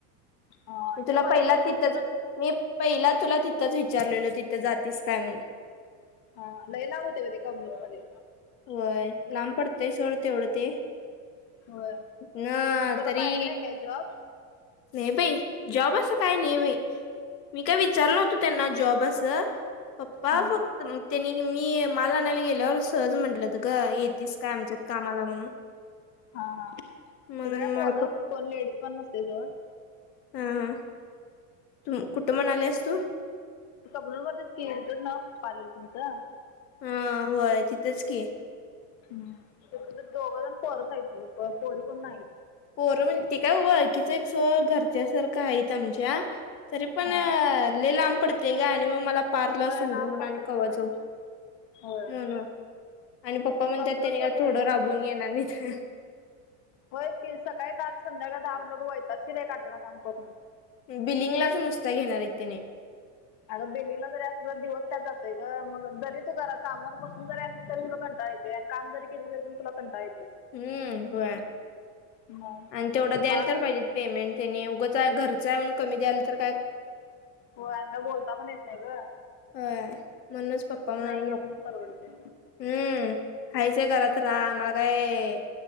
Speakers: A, on the left; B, on the left.
A: हा
B: मी
A: ते
B: तुला
A: मधी
B: पहिला
A: लोलेच
B: तिथंच
A: विनच
B: मी पहिला तुला तिथंच विचारलेलो तिथं जातीस काय म्हणून.
A: हा लय लावते म ते कमज मध्ये.
B: होय लांब पडतय सोडते एवढते.
A: होय
B: ना
A: मग तुला
B: तरी.
A: पाहिजे आहे काय जॉब.
B: ने बाई जॉब असं काही नाही बई. मी काय विचारलं नवत त्यांना जॉब अस पप्पा
A: हा
B: फक्त त्यांनी मी. मला आणयला गेल्यावर सहज म्हंटलं त ग येेतस काय आमच्यात कामाला म्हणून.
A: हा हा हा
B: मग
A: तिथं काय पोरं
B: प.
A: कोण लेडीज पण नसते जड.
B: हा तू कुठं म्हणा आलेस तू
A: तगन मध्येच केल तरच ना पाले तुमचं.
B: हा होय तिथंच की.
A: हम तु दोघं जण पोरसय ना प पोरी पण नाही.
B: पोरं म्हण ते काय ळखीच आहे स घरच्या सारखं आहेत आमच्या. तरी पण
A: हा
B: ले लांब पडते ग आणि मग मला पारला
A: होय
B: सोडून
A: लांब पडतंय
B: आणि कव
A: सोड
B: जाऊ.
A: होय.
B: म्हणून आणि पप्पा म्हणतात
A: कबनूरमध्ये
B: त्यांनी का थोडं राबून घेणार नाहीथ.
A: होयच क सकाळी दात संध्याकाळ दहा ल वैत असशील एक आठवडा काम करून.
B: बिलिंगलाच नुसता घेणार आहे त्याने.
A: अगं बेलींगला जरी अस तर दिवस त्यात जातय का मग जरी तू करा कामावर बसून जरी असली तरी तुध कंटा. आणि काम जरी केले तरी प तुला कंटा येत.
B: हम्म हो
A: मग
B: आणि तेवढं द्यायला
A: मला
B: तर पाहिजे. पेमेंट त्यांनी उगंच आहे घरचं आहे म्हण कमी द्याल तरी.
A: हो अंद बोलता पण येत नाही ग.
B: ह. म्हणूनच पप्पा म्हणा
A: गेलेलं परवडतंय.
B: हम्म खायच आहे घरात राहा मला काय?